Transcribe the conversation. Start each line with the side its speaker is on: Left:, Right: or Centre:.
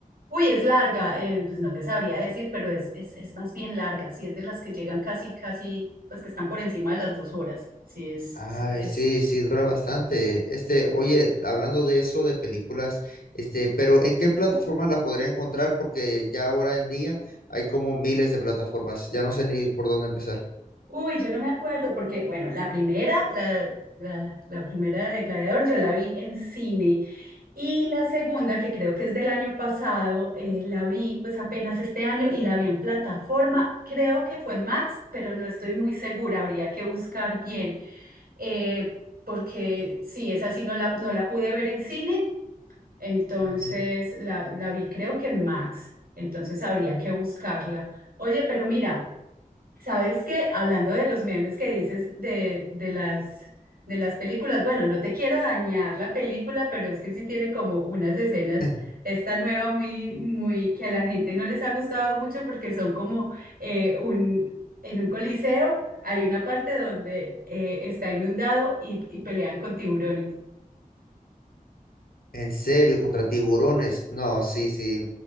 Right: Uy, es larga, eh, pues no te sabría decir, pero es, es, es más bien larga, sí, es de las que llegan casi, casi, pues que están por encima de las dos horas, sí, es,
Left: Ay,
Right: es, es-
Left: sí, sí, dura bastante. Este, oye, hablando de eso, de películas, este, pero ¿en qué plataforma la podría encontrar? Porque ya ahora en día hay como miles de plataformas. Ya no sé ni por dónde empezar.
Right: Uy, yo no me acuerdo, porque bueno, la primera, la, la, la primera de Gladiador yo la vi en cine y la segunda, que creo que es del año pasado, eh, la vi pues apenas este año y la vi en plataforma, creo que fue en Max, pero no estoy muy segura, habría que buscar bien, eh, porque sí, esa sí no la, no la pude ver en cine, entonces
Left: Ujú.
Right: la, la vi creo que en Max, entonces habría que buscarla. Oye, pero mira. Sabes que hablando de los memes que dices de, de las, de las películas, bueno, no te quiero dañar la película, pero es que sí tienen como unas escenas,
Left: <laughs>
Right: esta nueva muy, muy, que a la gente no les ha gustado mucho porque son como eh, un, en un coliseo hay una parte donde eh, está inundado y, y pelean con tiburones.
Left: En serio, contra tiburones. No, sí, sí.